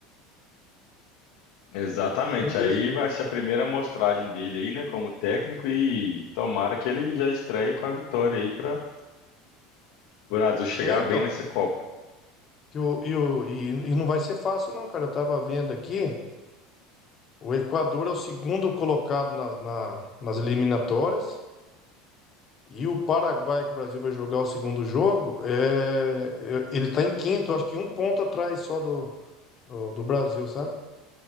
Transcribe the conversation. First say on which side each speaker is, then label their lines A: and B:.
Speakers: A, on the left (about 70°); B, on the left (about 40°).
A: Exatamente.
B: Vamos ver.
A: Aí
B: se-
A: vai ser a primeira amostragem dele aí, né, como técnico e tomara que ele já estreie com a vitória aí para o Brasil chegar
B: É, então,
A: bem nessa Copa.
B: que o, e, o, e, e não vai ser fácil não, cara. Eu tava vendo aqui, o Equador é o segundo colocado nas na- nas eliminatórias e o Paraguai, que o Brasil vai jogar o segundo jogo, é, é- ele tá em quinto, acho que um ponto atrás só do, do, do Brasil, sabe?